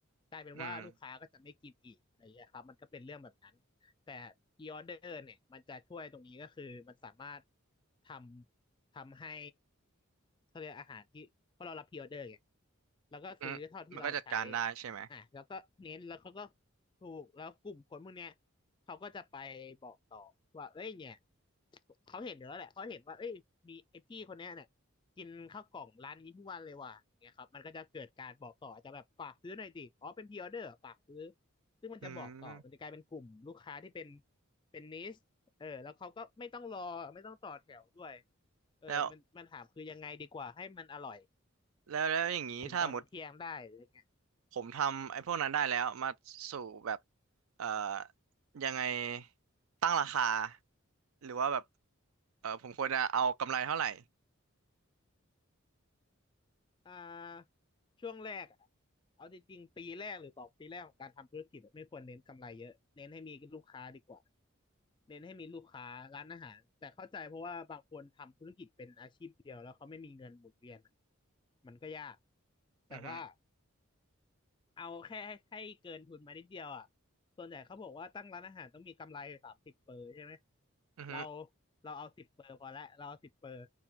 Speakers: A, on the left; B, on the right.
A: กลายเป็นว่าลูกค้าก็จะไม่กินอีกอะไรอย่างเงี้ยครับมันก็เป็นเรื่องแบบนั้นแต่พรีออเดอร์เนี่ยมันจะช่วยตรงนี้ก็คือมันสามารถ
B: อืม
A: ทำทำให้ เขาเรียกอาหารที่เพราะเรารับพรีออเดอร์ไงแล้วก็ซื้อเท่าที่เราใช้
B: อืมมันก็จัดการได้ใช่ไหม
A: อ่ะแล้วก็เน้นแล้วเขาก็ถูก แล้วกลุ่มคนพวกเนี้ยเขาก็จะไปบอกต่อว่าเอ้ยเนี่ยเขาเห็นอยู่แล้วแหละเขาเห็นว่าเอ้ยมีไอพี่คนเนี้ยเนี่ยกินข้าวกล่องร้านนี้ทุกวันเลยว่ะเนี่ยครับมันก็จะเกิดการบอกต่ออาจจะแบบฝากซื้อหน่อยดิอ๋อเป็นพรีออเดอร์ฝากซื้อซึ่งมันจะบอกต่อมันจะกลายเป็นกลุ่มลูกค้าที่เป็น
B: อืม
A: เป็นนิชเออแล้วเขาก็ไม่ต้องรอไม่ต้องต่อแถวด้วย เออมันมันถามคือยังไงดีกว่าให้มันอร่อย
B: แล้วแล้วแล้วอย่างนี้ถ้าหมด
A: ถึงตอนเที่ยงได้อะไรเงี้ย
B: ผมทำไอ้พวกนั้นได้แล้วมาสู่แบบเอ่อยังไงตั้งราคาหรือว่าแบบเออผมควรจะเอากำไรเท่าไหร่
A: อ่าช่วงแรกอะเอาจริงๆ ปีแรกหรือสองปีแรกของการทำธุรกิจอะไม่ควรเน้นกำไรเยอะเน้นให้มีลูกค้าดีกว่า เน้นให้มีลูกค้าร้านอาหาร แต่เข้าใจเพราะว่าบางคนทำธุรกิจเป็นอาชีพเดียวแล้วเขาไม่มีเงินหมุนเวียนอะมันก็ยาก แต่ว่า
B: อือฮึ
A: เอาแค่ให้ให้เกินทุนมานิดเดียวอ่ะส่วนใหญ่เขาบอกว่าตั้งร้านอาหารต้องมีกำไรสามสิบเปอร์ใช่ไหม
B: อือฮึ
A: เราเราเอาสิบเปอร์พอละเราเอาสิบเปอร์